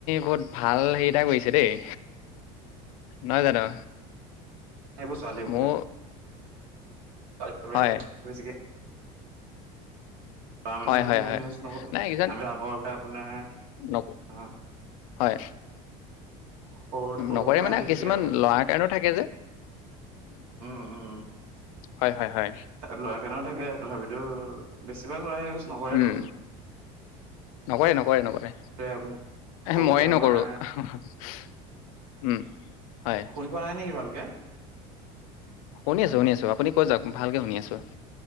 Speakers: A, on the left; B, on the right.
A: বহুত ভাল হেৰিটা কৰিছে দেই, নহয় জানো?
B: সেইবোৰ ছোৱালী
A: মোৰ
B: <inaudible>
A: হয়
B: তাৰ মানুহ
A: হয়
B: বিলাক
A: হয়
B: ইমান
A: হয়
B: ইউজ নকৰো,
A: নাই কিছুমান
B: আমি আগৰ পৰা আপোনাৰ অ',
A: নক হয়,
B: সৰুতে সৰুৰ
A: নকৰে
B: পৰা
A: মানে
B: আমি
A: কিছুমান
B: কি আৰু
A: ল'ৰাৰ কাৰণেও থাকে যে।
B: উম, উম
A: হয় হয় হয়
B: ল'ৰা কাৰনে থাকে তথাপিও। এইটো বেছিভাগ লৰাই ইউজ নকৰেটো।
A: উম নকৰে, নকৰে, নকৰে।
B: আপোনাৰ সৰুতে
A: ময়ে
B: আমাৰ
A: নকৰো উম, হয়
B: শুনি পোৱা নাই নেকি ভালকে?
A: শুনি আছোঁ, শুনি আছোঁ আপুনি কৈ যাওক ভালকে শুনি আছো